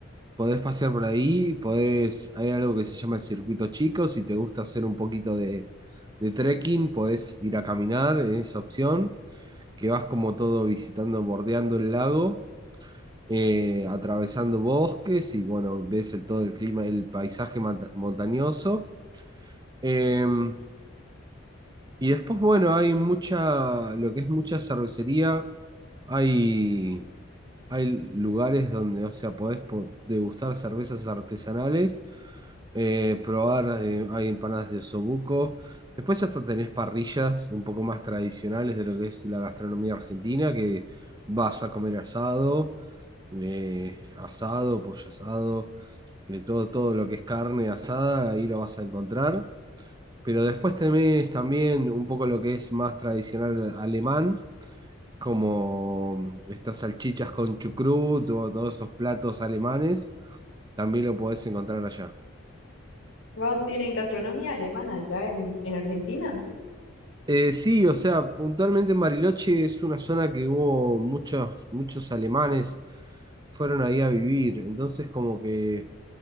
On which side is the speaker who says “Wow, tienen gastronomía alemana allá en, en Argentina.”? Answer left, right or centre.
Left